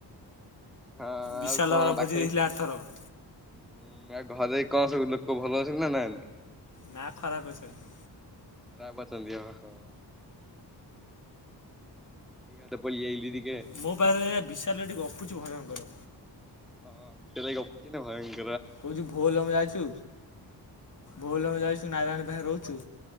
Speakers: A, in the centre; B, on the left.
A: ହଁ
B: ବିଶାଲ
A: ଆଉ କଣ
B: ଘର
A: ପାଖରେ
B: ଭୋଜି ଦେଇଥିଲେ ଆରଥରକ।
A: ହୁଁ ଆଉ ଘରେ କଣ ସବୁ ଲୋକ ଭଲ ଅଛନ୍ତି ନା ନାହାଁନ୍ତି?
B: ନା ଖରାପ ଅଛନ୍ତି।
A: ଖରାପ ଅଛନ୍ତି ହଁ ହଁ। ଅଧିକା ବାଟ ପଳେଇ ଆଇଲି ରେ
B: ମୋ ପାଖରେ ଏୟା ବିଶାଲ ଏଠି ଗପୁଛି ଭୟଙ୍କର।
A: ହଁ ବିଶାଲ ଏଇ ଗପୁଛି ଭୟ
B: କହୁଛି ଭୋଲ ଆମେ ଯାଇଛୁ ଭୋଲ ଆମେ ଯାଇଛୁ ନାରାୟଣ ରହୁଛୁ।